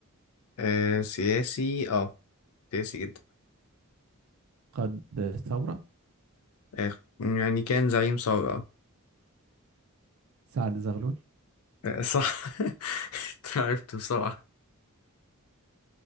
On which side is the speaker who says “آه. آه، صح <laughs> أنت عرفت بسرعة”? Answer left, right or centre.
Left